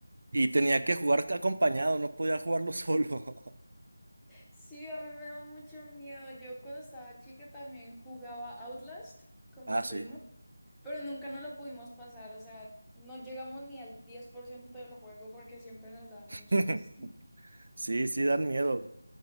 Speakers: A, on the right; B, in the centre.
A: Y
B: sí.
A: tenía que jugar acompañado, no podía jugarlo solo. <laughs>
B: Sí, a mí me da mucho miedo. Yo cuando estaba chica también jugaba Outlast con
A: Ah,
B: mi primo,
A: sí.
B: pero nunca nos lo pudimos pasar, o sea, no llegamos ni al 10% del juego porque siempre nos daba mucho
A: <laughs>
B: susto.
A: Sí, sí, dan miedo.